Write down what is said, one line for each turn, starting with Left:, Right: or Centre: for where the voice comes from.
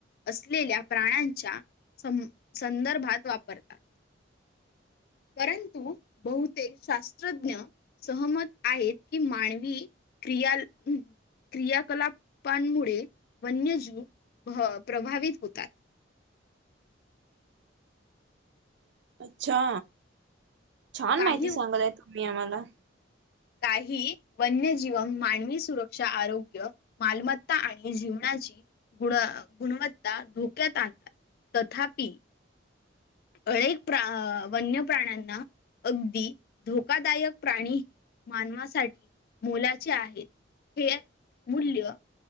Left: असलेल्या प्राण्यांच्या स संदर्भात वापरतात <inaudible> परंतु बहुतेक शास्त्रज्ञ सहमत आहेत की मानवी <inaudible> क्रियाल हम् क्रियाकलापांमुळे वन्यजीव प्रभावित होतात <inaudible>
Right: <inaudible> अच्छा छान
Left: काही
Right: माहिती सांगतय तुम्ही आम्हाला
Left: काही वन्यजीवन मानवी सुरक्षा आरोग्य मालमत्ता आणि जीवनाची गुण गुणवत्ता धोक्यात आणतात तथापि <inaudible> अनेक प्रा वन्य प्राण्यांना अगदी धोकादायक प्राणी मानवासाठी मोलाचे आहेत हे मूल्य